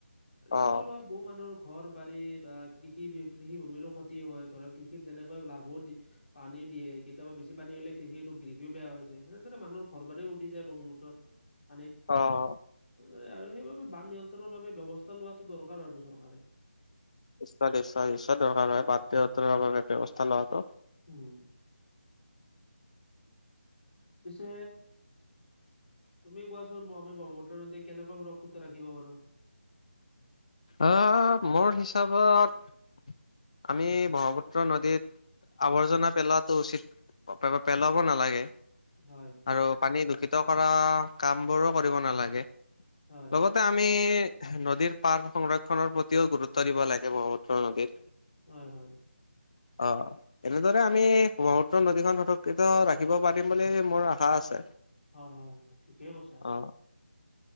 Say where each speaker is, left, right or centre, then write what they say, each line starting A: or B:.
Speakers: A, on the left; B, on the left.
A: আৰু ইয়াৰ
B: অ',
A: ফলত বহু মানুহৰ ঘৰ বাৰী বা কৃষি কৃষি ভূমিৰো ক্ষতি হয় ধৰক কৃষিত যেনেকৈ লাভো দি পানীও দিয়ে কেতিয়াবা বেছি পানী হ'লে কৃষিটো কৃষিও বেয়া যায় সেনেদৰে মানুহৰ ঘৰ বাৰী উঠি যায় ব্ৰহ্মপুত্ৰত। পানীত
B: অ
A: এনেদৰে আৰু সেইবাবে বান নিয়ন্ত্ৰণৰ বাবে ব্যয়ৱস্থা লোৱাটো দৰকাৰ আৰু চৰকাৰে।
B: নিশ্চয় নিশ্চয় নিশ্চয় দৰকাৰ হয় বানপিৰিত বাবে ব্যৱস্থা লোৱাটো।
A: উম পিছে তুমি কোৱাছোন আমি ব্ৰহ্মপুত্ৰৰ নদীক কেনেকৈ সুৰক্ষিত ৰাখিব পাৰোঁ।
B: অ মোৰ হিচাপত আমি ব্ৰহ্মপুত্ ত্ৰ নদীত আৱৰ্জনা পেলোৱাটো উচিত পেলাব নালাগে।
A: হয়
B: আৰু পানী দূষিত কৰা কাম বোৰো কৰিব নালাগে
A: হয়
B: লগত। তে আমি নদীৰ পাৰ সংৰক্ষনৰৰ প্ৰতিও গুৰুত্ব দিব লাগে ব্ৰহ্মপুত্ৰ নদীৰ
A: হয় হয়
B: অ এনেদৰে আমি ব্ৰহ্মপুত্ৰ নদীখন সুৰক্ষিত ৰাখিব পাৰিম বুলি মোৰ আশা আছে।
A: হয় হয় ঠিকেই কৈছা।
B: অ